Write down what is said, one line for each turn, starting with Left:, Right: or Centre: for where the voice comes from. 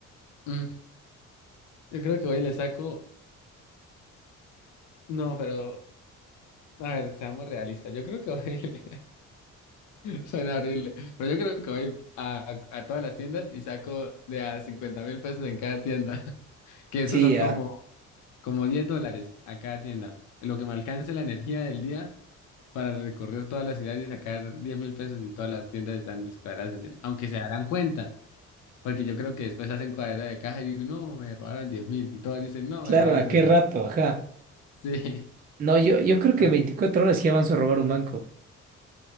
Left: mm, yo creo que hoy le saco. No, pero, a ver, seamos realistas. Yo creo que hoy <laughs> Soy en abril. Pero yo creo que voy a, a todas las tiendas y saco de a cincuenta mil pesos en cada tienda. <laughs> Que esos
Right: Sí,
Left: son
Right: ya.
Left: como, como 10 dólares a cada tienda. Lo que me alcance la energía del día para recorrer toda la ciudad y sacar diez mil pesos y todas las tiendas están descuadradas en 10. Aunque se darán cuenta. Porque yo creo que después hacen cuadra de caja y digo, no, me robaron diez mil. Y todas dicen, no,
Right: Claro,
Left: me robaron
Right: ¿a qué
Left: diez
Right: rato? Ajá.
Left: Sí.
Right: No, yo, yo creo que
Left: <laughs>
Right: en 24 horas sí avanzo a robar un banco.